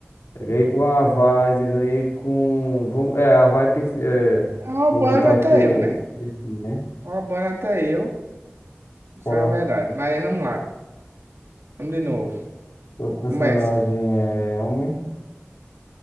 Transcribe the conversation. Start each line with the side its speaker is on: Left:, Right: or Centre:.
Left: ganhei com a Vaz, ganhei com. Vamos... É, a Vai. É...
Right: Tá roubando
Left: Vou botar
Right: até
Left: aqui o.
Right: eu, né?
Left: perfil, né?
Right: Tá Roubando até eu. Isso
Left: Qual?
Right: é uma verdade. Mas vamos lá. Vamos de novo.
Left: é? Seu personagem
Right: Começa.
Left: é homem?